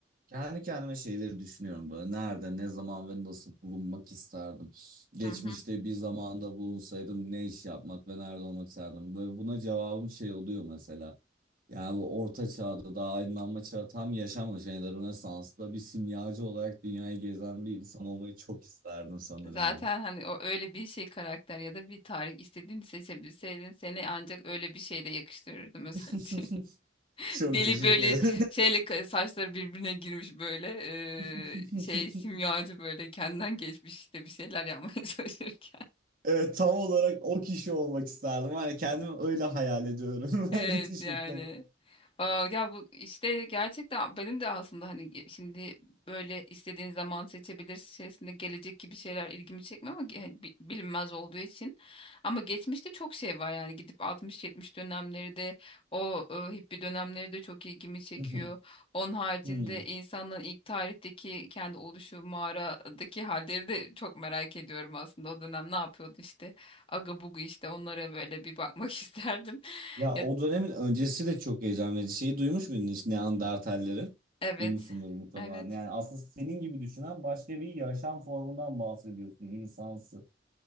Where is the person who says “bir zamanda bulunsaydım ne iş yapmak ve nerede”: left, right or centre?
Right